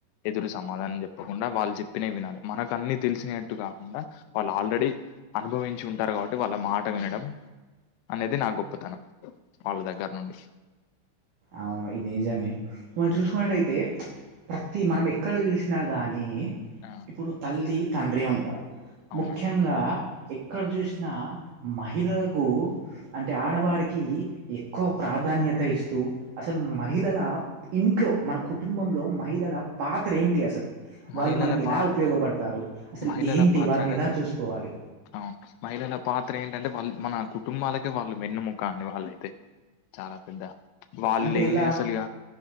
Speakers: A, on the left (about 85°); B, on the right (about 75°).
A: ఎదురు సమాధనం చె కుండా వాళ్ళు చెప్పినవి వినాలి మనకు అన్ని తెలిసినట్టు కాకుండా వాళ్ళు ఆల్రెడీ అనుభవించి ఉంటారు కాబట్టి వాళ్ళ మాట వినడం అనేది నా గొప్పతనం వాళ్ళ దగ్గర నుంచ్
B: అవును ఇది నిజమే మనం చూసుకున్నట్టయితే
A: ఉమ్,
B: ప్రతి మనం ఎక్కడ చూసినా గాన్ నీ
A: ఆ,
B: ఇప్పుడు తల్లి తండ్రి ఉంటారు
A: అవునండి
B: ముఖ్యంగా ఎక్కడ
A: ఉమ్.
B: చూసినా మహిళలకు అంటే ఆ డవారికి ఎక్కువ ప్రాధాన్యత ఇస్తూ అసలు మహిళల ఇంట్లో మన కుటుంబంలో మహిళల పాత్ర ఏంటి అసలు
A: మహిళల
B: వాళ్ళు మనకి ఎలా
A: పా
B: ఉపయోగపడతారు అసలు
A: మహిళల
B: ఏంటి
A: పాత్ర
B: వాళ్ళని
A: అనే
B: ఎలా చూసుకోవాలి
A: అవును మహిళల పాత్ర ఏంటంటే వాళ్ళు మన కుటుంబాలకే వాళ్ళు వెన్నుముక్క అండి వాళ్ళైతే చాలా పెద్ద వాళ్ళు
B: అంటే
A: లేనిది
B: ఇలా
A: అసలు ఇగ